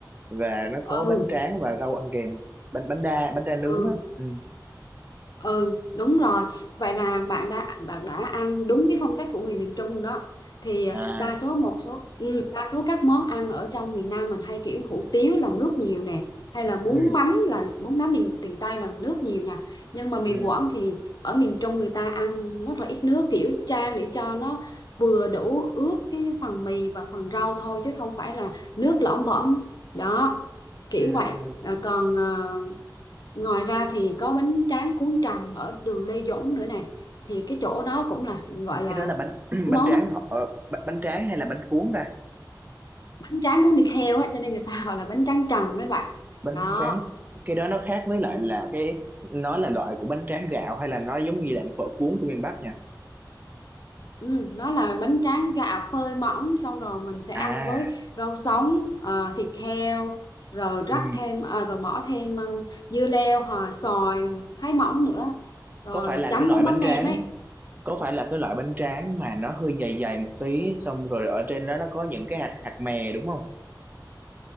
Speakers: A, on the right; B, on the left.
A: và nó có
B: ừ
A: bánh tráng và rau ăn kèm bánh bánh đa bánh đa nướng
B: ừ
A: á ừ.
B: Ừ đúng rồi vậy là bạn đã bạn đã ăn đúng cái phong cách của người miền Trung đó thì
A: à
B: đa số một số ừ, đa số các món ăn ở trong miền Nam mình hay kiểu hủ tiếu là nước nhiều nè hay là bún
A: ừ.
B: mắm là bún mắm miền miền Tây là nước nhiều nha nhưng mà miền
A: Ừ.
B: Quảng thì ở miền Trung người ta ăn rất là ít nước kiểu chan để cho nó vừa đủ ướt cái phần mì và phần rau thôi chứ không phải là nước lõm bõm đó kiểu
A: Ừ.
B: vậy
A: Ừ.
B: Ờ, còn ờ, Ngoài ra thì có bánh tráng cuốn trần ở đường Lê Duẩn nữa nè. Thì cái chỗ đó cũng là gọi là
A: cái đó là bánh <clears throat>
B: món
A: bánh tráng
B: nó
A: họ ờ, bánh bánh tráng hay là bánh cuốn ta
B: bánh tráng cuốn thịt heo á, cho nên người ta <laughs> gọi là bánh tráng trần các bạn.
A: bánh
B: Đó.
A: tráng cái đó nó khác với lại
B: Ừ.
A: là cái nó là loại của bánh tráng gạo hay là nó giống như dạng phở cuốn của miền Bắc nha
B: Ừ, nó là bánh tráng gạo phơi mỏng xong rồi mình sẽ
A: à
B: ăn với rau sống, ờ, thịt heo rồi rắc
A: ừ.
B: thêm ờ, rồi bỏ thêm ờ, dưa leo hoặc xoài thái mỏng nữa rồi
A: có phải là
B: chấm
A: cái loại
B: với mắm
A: bánh
B: nêm
A: tráng
B: ấy
A: có phải là cái loại bánh tráng mà nó hơi dày dày một tí xong rồi ở trên đó nó có những cái hạt hạt mè đúng không